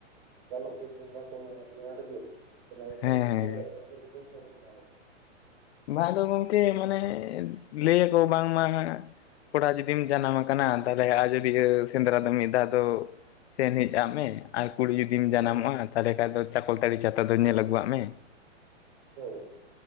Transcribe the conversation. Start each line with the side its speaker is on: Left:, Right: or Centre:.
Right: ᱜᱟᱱᱚᱜ ᱜᱮ ᱥᱮᱸᱫᱽᱨᱟ ᱠᱚᱢᱟ ᱟᱹᱰᱤ ᱟᱸᱴ ᱜᱮ ᱛᱟᱦᱞᱮ ᱚᱱᱠᱟ
Left: ᱦᱮᱸ
Right: ᱞᱮᱠᱟᱛᱮ
Left: ᱦᱮᱸ
Right: ᱚᱱᱛᱮ ᱡᱩᱫᱤ ᱵᱮᱱ ᱧᱮᱞ ᱟᱹᱜᱩᱠᱚᱣᱟ
Left: ᱢᱟ ᱫᱚ ᱜᱚᱢᱠᱮ ᱢᱟᱱᱮ ᱞᱟᱹᱭᱟᱠᱚ ᱵᱟᱝᱢᱟ ᱠᱚᱲᱟ ᱡᱩᱫᱤᱢ ᱡᱟᱱᱟᱢ ᱟᱠᱟᱱᱟ ᱟᱫᱚ ᱟᱡᱚᱫᱤᱭᱟᱹ ᱥᱮᱸᱫᱽᱨᱟ ᱫᱚ ᱢᱤᱫ ᱫᱷᱟᱣ ᱫᱚ ᱥᱮᱱ ᱦᱮᱡ ᱟᱜ ᱢᱮ ᱟᱨ ᱠᱩᱲᱤ ᱡᱩᱫᱤᱢ ᱡᱟᱱᱟᱢᱚᱜᱼᱟ
Right: ᱦᱳᱭ
Left: ᱛᱟᱦᱞᱮ ᱠᱷᱟᱡ ᱫᱚ ᱪᱟᱠᱚᱞᱛᱟᱹᱨᱤ ᱪᱷᱟᱛᱟ ᱫᱚ ᱧᱮᱞ ᱟᱹᱜᱩᱣᱟᱜ ᱢᱮ᱾
Right: ᱦᱳᱭ